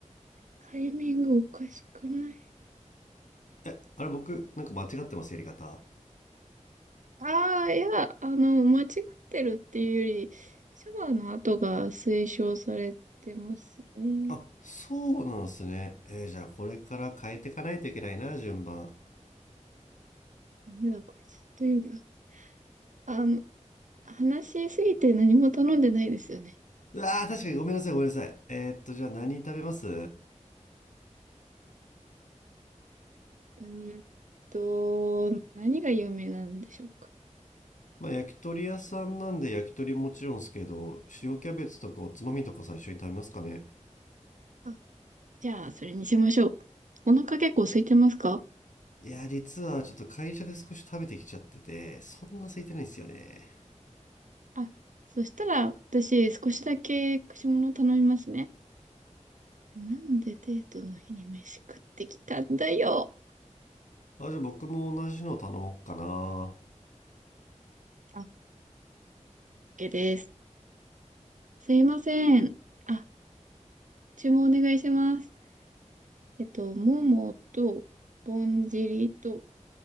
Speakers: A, on the right; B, on the left.
A: タイミングおかしくない
B: えあれ僕なんか間違ってますやり方
A: ああー、いや、あの、間違ってるっていうより、シャワーの後が推奨されてますね。
B: あそうなんすねえーじゃあこれから変えていかないといけないな順番
A: ダメだ、こいつ。というか、あの、話しすぎて何も頼んでないですよね。
B: うわー確かにごめんなさいごめんなさいえーっとじゃあ何食べます
A: うーんと、何が有名なんでしょうか。
B: まあ焼き鳥屋さんなんで焼き鳥もちろんですけど、塩キャベツとかおつまみとか最初に食べますかね。
A: あ、じゃあ、それにしましょう。お腹結構空いてますか
B: いや、実はちょっと会社で少し食べてきちゃってて、そんな空いてないんですよね。
A: あ、そしたら、私、少しだけ串物頼みますね。なんでデートの日に飯食ってきたんだよ。
B: あ、じゃあ僕も同じの頼もうかな。
A: あ、OK です。すいません。あ、注文お願いします。えっと、ももと、ぼんじりと、